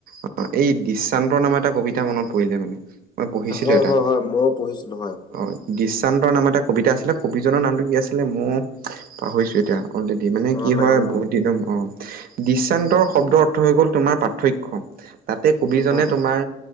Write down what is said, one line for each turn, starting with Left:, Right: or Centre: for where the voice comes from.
Right: অ এই দৃশ্যান্তৰ নামৰ এটা কবিতা মনত পৰিলে মানে মই পঢ়িছিলো
Left: হয়
Right: এটা,
Left: হয় হয় ময়ো পঢ়িছিলো হয়
Right: অ দৃশ্যান্তৰ নামত এটা কবিতা আছিলে। কবিজনৰ নামটো কি আছিলে মই পাহৰিছো এতিয়া অলৰেডি, মানে
Left: মনত
Right: কি হয়
Left: নাই বাৰু
Right: বহুত দিনৰ অ দৃশান্তৰ শব্দৰ অৰ্থ হৈ গল তোমাৰ পাৰ্থক্য। তাতে কবিজনে
Left: অ
Right: তোমাৰ